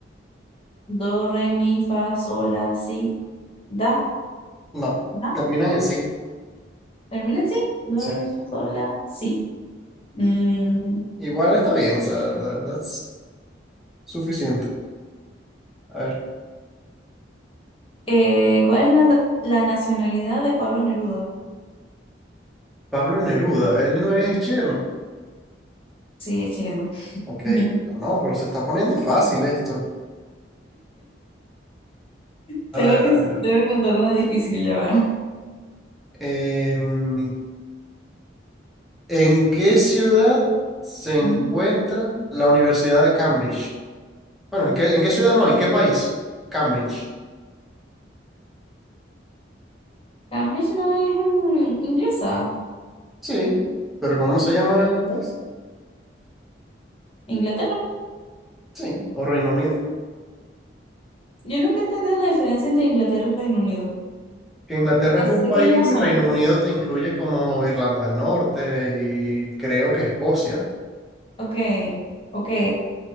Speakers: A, on the left; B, in the centre.
A: Do, re, mi, fa, sol, la, si, da,
B: No,
A: da.
B: terminan en sí,
A: ¿Termina en sí? Do,
B: sí.
A: re, mi, fa, sol, la, si. Mm,
B: Igual está bien, o sea, that- that's suficiente. A ver,
A: eh, ¿cuál es la, la nacionalidad de Pablo Neruda?
B: Pablo Neruda, él no es chileno.
A: Sí, es chileno.
B: Ok,
A: <laughs>
B: no, pero se está poniendo fácil esto.
A: Tengo
B: A ver,
A: que,
B: a ver, a ver.
A: tengo que contar una difícil, ya va.
B: Em, ¿en qué ciudad se encuentra
A: Ujú.
B: la Universidad de Cambridge? Bueno, ¿en qué, en qué ciudad no? ¿En qué país? Cambridge.
A: Cambridge no es mm, inglesa,
B: Sí, pero ¿cómo se llama el país?
A: Inglaterra.
B: Sí, o Reino Unido.
A: Yo nunca he entendido la diferencia entre Inglaterra y Reino Unido.
B: que Inglaterra
A: O sea,
B: es un
A: sé
B: país
A: que hay una
B: y
A: zona.
B: Reino Unido te incluye como Irlanda del Norte y creo que Escocia.
A: Ok, ok. O